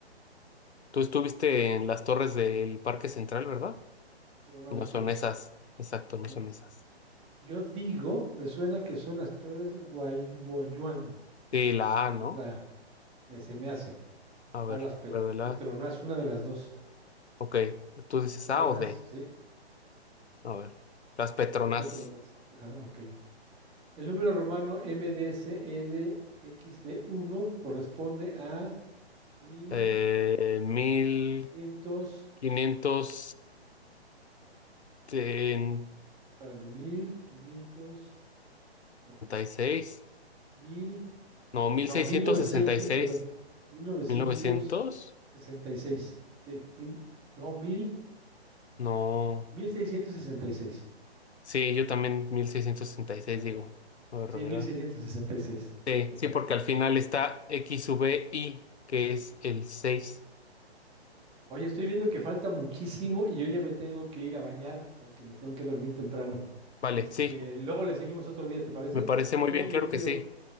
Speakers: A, on the left; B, on the right.
A: tú estuviste en las torres del Parque Central, ¿verdad?
B: pero no,
A: No
B: esto
A: son
B: no es.
A: esas, exacto, no
B: No.
A: son esas.
B: Yo digo, me suena que son actores guayuan,
A: Sí, la
B: la
A: A, ¿no?
B: letra A, me, se me hace.
A: A
B: O
A: ver,
B: las Pe-
A: revela.
B: Petronas, una de las dos.
A: Ok, tú dices
B: Petronas,
A: A o D.
B: sí,
A: A ver, las Petronas.
B: son Petronas. Ajá, ok. El número romano M D C L X mdclxb uno corresponde a mil
A: Eh, mil.
B: quinientos.
A: quinientos sesenta
B: no, espérame, 1500. No,
A: y seis
B: mil,
A: no, mil
B: no,
A: seiscientos
B: mil novecientos
A: sesenta y seis
B: perdón, mil novecientos
A: mil novecientos
B: sesenta y seis Sí, mil, no, mil,
A: no,
B: mil seiscientos sesenta y seis
A: sí, yo también mil seiscientos sesenta y seis
B: A ver,
A: digo, voy a revelar.
B: sí, mil seiscientos sesenta y seis
A: Sí,
B: Exacto.
A: sí, porque al final está X sub I, que es el seis
B: Oye, estoy viendo que falta muchísimo y yo ya me tengo que ir a bañar porque me tengo que dormir temprano.
A: Vale,
B: Este,
A: sí,
B: luego le seguimos otro día, ¿te parece?
A: me parece
B: Pero
A: muy
B: está
A: bien,
B: muy divertido.
A: claro que sí.